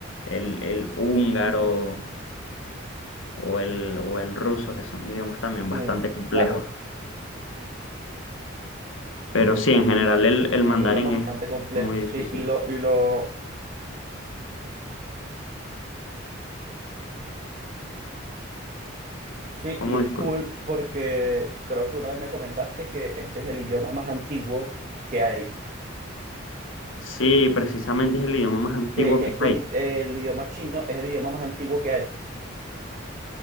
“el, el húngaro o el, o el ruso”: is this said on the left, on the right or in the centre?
Left